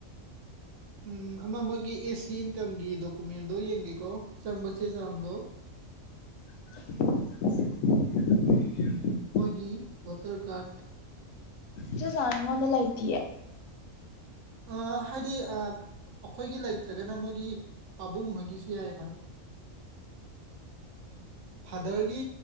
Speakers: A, on the right (about 65°); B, on the left (about 80°).
A: ꯎꯝ ꯑꯃ ꯃꯣꯏꯒꯤ ꯑꯦ ꯁꯤ ꯏꯟꯀꯝꯒꯤ ꯗꯣꯀꯨꯃꯦꯟꯗꯣ ꯌꯦꯡꯒꯦꯀꯣ ꯆꯪꯕ ꯆꯦ ꯆꯥꯡꯗꯣ
B: <inaudible>
A: ꯃꯣꯏꯒꯤ ꯕꯣꯇꯔ ꯀꯥꯔꯠ
B: ꯆꯤꯆꯥꯡ ꯑꯩꯉꯣꯟꯗ ꯂꯩꯇꯤꯌꯦ
A: ꯑꯥ ꯍꯥꯏꯗꯤ ꯑꯥꯞ ꯑꯩꯈꯣꯏꯒꯤ ꯂꯩꯇ꯭ꯔꯒꯅ ꯃꯣꯏꯒꯤ ꯄꯕꯨꯡ ꯍꯣꯏꯒꯤꯁꯨ ꯌꯥꯏ ꯍꯥꯕ ꯐꯥꯗꯔꯒꯤ